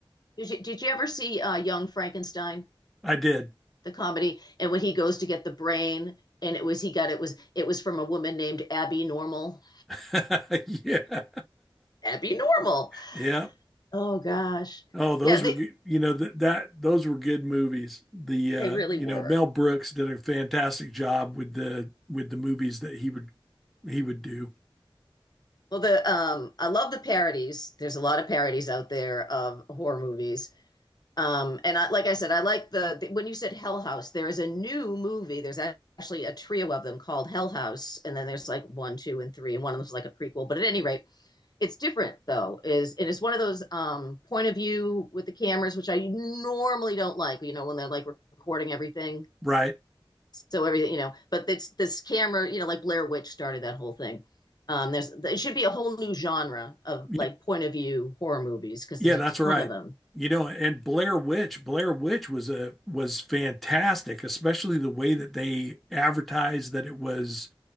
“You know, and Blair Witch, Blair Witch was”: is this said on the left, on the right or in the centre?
Centre